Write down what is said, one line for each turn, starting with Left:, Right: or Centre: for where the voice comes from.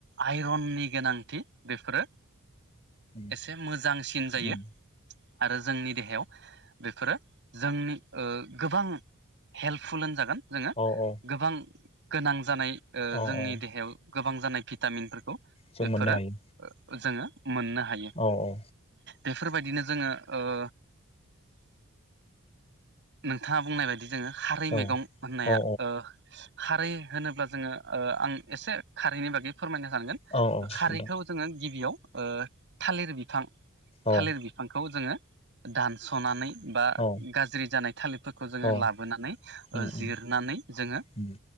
Right: आइरननि गोनांथि बेफोरो
Left: उम
Right: एसे मोजांसिन जायो
Left: उम
Right: आरो जोंनि देहायाव बेफोरो जोंनि ओ गोबां हेल्पफुल होनजागोन जोङो
Left: औ औ
Right: गोबां गोनां जानाय ओ
Left: औ
Right: जोंनि
Left: औ
Right: देहायाव गोबां जानाय भिटामिनफोरखौ
Left: जों
Right: बेफोरो
Left: मोननो हायो
Right: जोङो मोननो हायो
Left: औ औ
Right: बेफोरबायदिनो जोङो ओ नोंथाङा बुंनाय बायदि जोङो खारै
Left: औ
Right: मैगं होननाया
Left: औ
Right: ओ खारै होनोब्ला जोङो ओ आं एसे खारैनि बागै फोरमायनो सानगोन
Left: औ औ नोंथां
Right: खारैखौ जोङो गिबियाव ओ थालिर बिफां
Left: औ
Right: थालिर बि बिफांखौ जोङो दानस'नानै बा
Left: औ
Right: गाज ज्रि जानाय थालिरफोरखौ जोङो
Left: औ
Right: लाबोनानै
Left: उम
Right: ओ जिरनानै
Left: उम
Right: जोङो
Left: उम